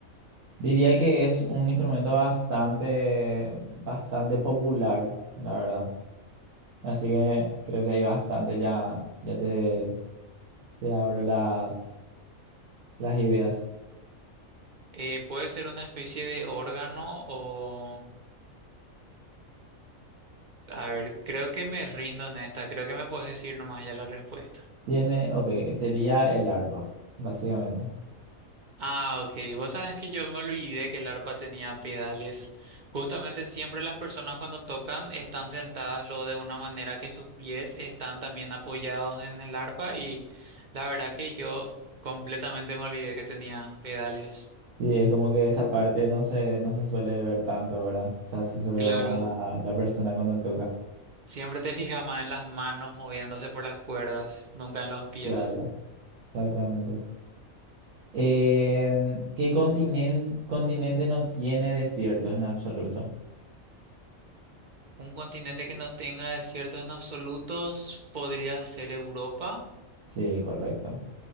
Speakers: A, on the right; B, on the right.
A: Diría que es un instrumento bastante, bastante popular, la verdad. Así que creo que hay bastante, ya, ya te, te abro las, las ideas.
B: Eh, ¿puede ser una especie de órgano o... A ver, creo que me rindo en esta, creo que me puedes decir nomás ya la respuesta.
A: Tiene, ok, sería el arpa, básicamente.
B: Ah, ok. Vos sabes que yo me olvidé que el arpa tenía pedales. Justamente siempre las personas cuando tocan están sentadas lo de una manera que sus pies están también apoyados en el arpa y la verdad que yo completamente me olvidé que tenía pedales.
A: Sí, es como que esa parte no se, no se suele ver tanto, ¿verdad? O sea, se suele
B: Claro,
A: ver más la, la persona cuando toca.
B: siempre te fijas más en las manos moviéndose por las cuerdas, nunca en los pies.
A: Claro. Exactamente. Em, ¿qué continen- continente no tiene desiertos en absoluto?
B: Un continente que no tenga desiertos en absolutos podría ser Europa.
A: Sí, correcto.